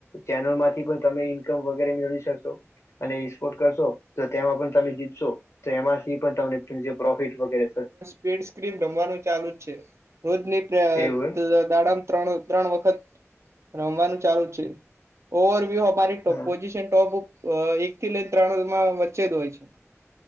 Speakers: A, on the left; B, on the right.
A: ચેનલ માંથી પણ તમે ઇન્કમ વગેરે મેળવી શકશો. અને સ્પોર્ટ કરશો તો તેમાં પણ તમે જીતશો તો એમાંથી પણ તમને. જે પ્રોફિટ વગેરે.
B: એડ સ્ક્રીમ રમવાનું ચાલુ જ છે રોજની પ્ર
A: એવું
B: દાડ. ત્રણ ત્રળ વખત રમવાનું ચાલુ છે ઓવર વ્યુ. મારી
A: એમ
B: ટોપ
A: હમ
B: પોઝિશન ટોપ અ એક થી લઈને ત્રણમાં વચ્ચે જ હોય છે.